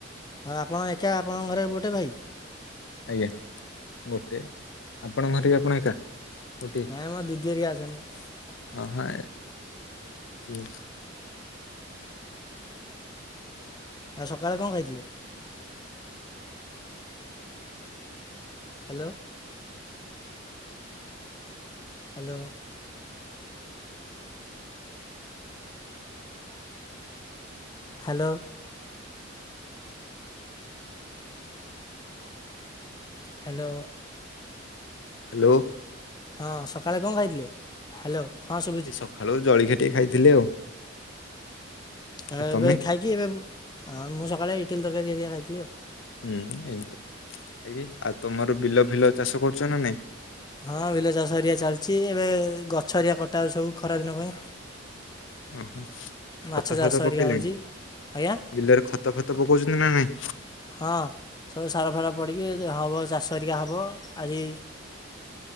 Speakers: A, on the left (about 20°); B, on the left (about 75°).
A: ଆଉ ଆପଣ ଏକା ଆପଣଙ୍କ ଘରେ ଗୋଟେ ଭାଇ।
B: ଆଜ୍ଞା ଗୋଟେ ଆପଣଙ୍କ ଘରେ ବି ଆପଣ ଏକା। ଗୋଟିଏ
A: ନାଇଁ ମୋ ଦିଦି ହେରିକା ଅଛନ୍ତି।
B: ହଁ ହଁ ଠିକ
A: ଆଉ ସକାଳେ କଣ ଖାଇଥିଲେ? Hello. Hello. Hello. Hello.
B: Hello.
A: ହଁ ସକାଳେ କଣ ଖାଇଥିଲେ? ହ୍ୟାଲୋ। ହଁ ଶୁଭୁଛି
B: ସେଇ ସକାଳୁ ଜଳଖିଆ ଗୋଟେ ଖାଇଥିଲି ଆଉ।
A: ହ
B: ଆଉ ତମେ
A: ଏବେ ଖାଇକି ଏବେ ମୁଁ ସକାଳେ ଇଟିଲ ତରକାରୀ ହେରିକା ଖାଇଥିଲି ଆଉ।
B: ହୁଁ ଏମ ତ <unintelligible> ଆଉ ତମର ବିଲ ଫିଲ ଚାଷ କରୁଛ ନା ନାଇଁ?
A: ହଁ ବିଲ ଚାଷ ହେରିକା ଚାଲିଛି ଏବେ ଗଛ ଏରିଆ କଟା ସବୁ ଖରା ଦିନ ପାଇଁ।
B: ଓହୋ
A: ମାଛ
B: ଖତ
A: ଚାଷ
B: ଫତ
A: ହେରିକା
B: ପକେଇଲେଣି
A: ହେଉଛି ଆଜ୍ଞା
B: ବିଲରେ ଖତ ଫତ ପକଉଛନ୍ତି ନା ନାଇଁ?
A: ହଁ ସବୁ ସାର ଫାର ପଡିକି ହବ ଚାଷ ହେରିକା ହବ। ଆଜି